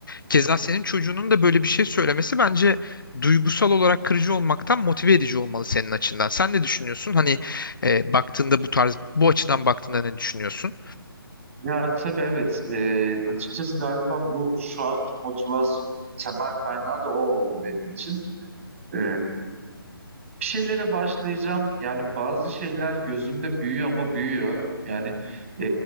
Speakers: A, on the left; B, on the right.
A: Keza senin çocuğunun da böyle bir şey söylemesi bence duygusal olarak kırıcı olmaktan motive edici olmalı senin açından. Sen ne düşünüyorsun? Hani e, baktığında bu tarz, bu açıdan baktığında ne düşünüyorsun?
B: Ya tabii evet. Ee, açıkçası galiba bu şu anki motivasyon temel kaynağı da o oldu benim için. Ee, bir şeylere başlayacağım. Yani bazı şeyler gözümde büyüyor mu büyüyor. Yani e,